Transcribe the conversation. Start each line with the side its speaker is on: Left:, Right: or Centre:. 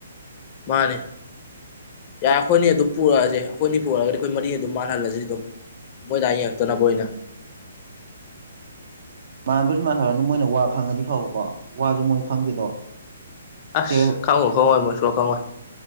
Left: ꯃꯥꯅꯦꯦ ꯌꯥꯔꯦ ꯑꯩꯈꯣꯏꯅꯤ ꯑꯗꯨꯝ ꯄꯨꯔꯛꯑꯁꯦ ꯑꯩꯈꯣꯏꯅꯤ ꯄꯨꯔꯛꯑꯒꯗꯤ ꯑꯩꯈꯣꯏ ꯃꯔꯤꯅꯤ ꯑꯗꯨꯝ ꯃꯥꯟꯅꯍꯜꯂꯁꯤ ꯑꯗꯨꯝ ꯃꯣꯏ ꯇꯏꯛꯇꯅꯕꯣꯏꯅ
Right: ꯃꯥꯟꯕꯗꯤ ꯃꯥꯟꯅꯍꯔꯅꯤ ꯃꯣꯏꯅ ꯋꯥ ꯈꯪꯉꯗꯤ ꯐꯕꯀꯣ ꯋꯥꯁꯨ ꯃꯣꯏ
Left: ꯎꯝ
Right: ꯈꯪꯗꯦꯗꯣ
Left: ꯑꯁ
Right: ꯁꯦ
Left: ꯈꯉꯣ ꯈꯉꯣꯏ ꯃꯣꯏꯁꯨ ꯈꯉꯏ